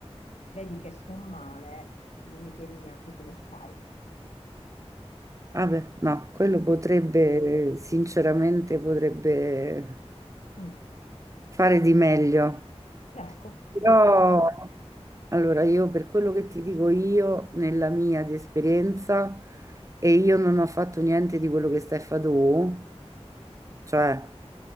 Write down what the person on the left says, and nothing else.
vedi che sto male, non mi chiedi neanche come stai.
Mm.
Ecco, sicuramente.